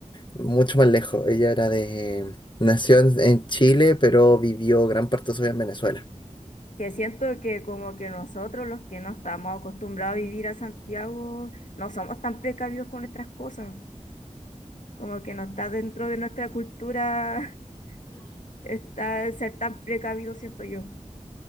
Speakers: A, on the left; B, on the left.
A: mucho más lejos. Ella era de, nació en en Chile, pero vivió gran parte de su vida en Venezuela.
B: Que siento que como que nosotros los que no estamos acostumbrados a vivir a Santiago, no somos tan precavidos con nuestras cosas. Como que no está dentro de nuestra cultura <laughs> estar, ser tan precavido, siento yo.